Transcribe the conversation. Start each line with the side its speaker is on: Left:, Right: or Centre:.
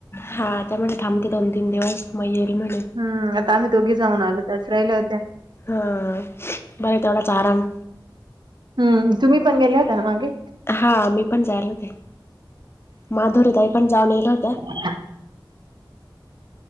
Left: हा त्या म्हणे थांबते दोन तीन दिवस मग येरी म्हणे.
Right: हम्म आता आम्ही दोघी जाऊन आलो त्याच राहिल्या होत्या.
Left: हा बरं आहे तेवढाच आराम.
Right: हम्म तुम्ही पण गेले होता ना मागे.
Left: हा मी पण जायला होते माधुरी तई पण जाऊन गल्या होत्या.
Right: <inaudible>